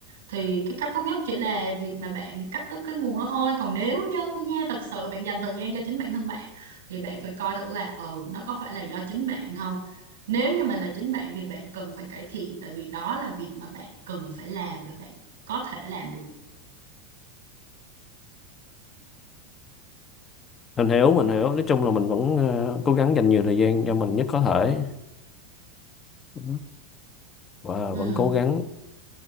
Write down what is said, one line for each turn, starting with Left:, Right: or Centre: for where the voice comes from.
Right: thì cái cách tốt nhất chỉ là việc mà bạn cắt đứt cái nguồn đó thôi còn nếu như nha thật sự bạn dành thời gian cho chính bản thân bạn thì bạn phải coi thử là ừ nó có phải là do chính bạn không nếu như mà là chính bạn thì bạn cần phải cải thiện tại vì đó là việc mà bạn cần phải làm và bạn có thể làm được
Left: mình hiểu mình hiểu nói chung là mình vẫn ờ, cố gắng dành nhiều thời gian cho mình nhất có thể Đó. và
Right: ừ
Left: vẫn cố gắng